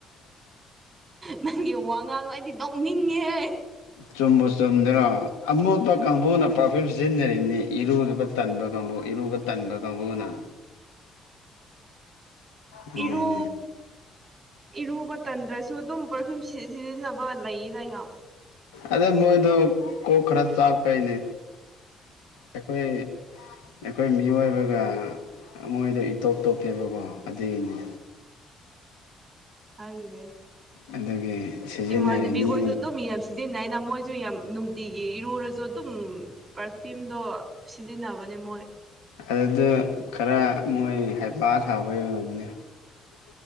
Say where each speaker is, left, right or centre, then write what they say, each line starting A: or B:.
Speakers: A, on the right; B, on the left.
A: ꯅꯪꯒꯤ ꯋꯥ ꯉꯥꯡꯗꯣ ꯑꯩꯗꯤ ꯅꯣꯛꯅꯤꯡꯉꯦꯍꯦ
B: ꯆꯨꯝꯕꯨ ꯆꯨꯝꯗꯔꯣ ꯑꯃꯣꯠꯄ ꯀꯥꯡꯕꯨꯅ ꯄꯔꯐꯤꯌꯨꯝ ꯁꯤꯖꯤꯟꯅꯔꯤꯅꯦ ꯏꯔꯨꯗꯨꯕ ꯇꯟꯕ ꯀꯥꯡꯕꯨ ꯏꯔꯨꯕ ꯇꯟꯕ ꯀꯥꯡꯕꯨꯅ ꯑꯗꯨꯅꯦ
A: ꯏꯔꯨ ꯏꯔꯨꯕ ꯇꯟꯗ꯭ꯔꯁꯨ ꯑꯗꯨꯝ ꯄꯔꯐ꯭ꯌꯨꯝ ꯁꯤꯖꯤꯟꯅꯕ ꯂꯩꯌꯦꯗ ꯌꯥꯝ
B: ꯑꯗꯩ ꯃꯣꯏꯗꯣ ꯀꯣꯛ ꯈꯔ ꯆꯥꯛꯄꯩꯅꯦ ꯑꯩꯈꯣꯏ ꯑꯩꯈꯣꯏ ꯃꯤꯑꯣꯏꯕꯒ ꯃꯣꯏꯗꯣ ꯏꯇꯣꯞ ꯇꯣꯞꯄꯦꯕꯀꯣ ꯑꯗꯨꯒꯤ ꯅꯤ
A: ꯈꯪꯗꯦ
B: ꯑꯗꯨꯒꯤ ꯁꯤꯖꯤꯟꯅꯔꯤꯅꯤ
A: ꯏꯃꯥꯟꯕꯤꯈꯣꯏꯗꯣ ꯑꯗꯨꯝ ꯃꯤ ꯌꯥꯝ ꯁꯤꯖꯤꯅꯥ ꯃꯣꯏꯁꯨ ꯌꯥꯝ ꯅꯨꯡꯇꯤꯒꯤ ꯏꯔꯨꯔꯁꯨ ꯑꯗꯨꯝ ꯄꯔꯐ꯭ꯤꯌꯨꯝꯗꯣ ꯁꯤꯖꯤꯟꯅꯕꯅꯦ ꯃꯣꯏ
B: ꯑꯗꯨꯗ ꯈꯔ ꯃꯣꯏ ꯍꯩꯄꯥ ꯁꯥꯕꯩ ꯑꯣꯏꯔꯝꯅꯦ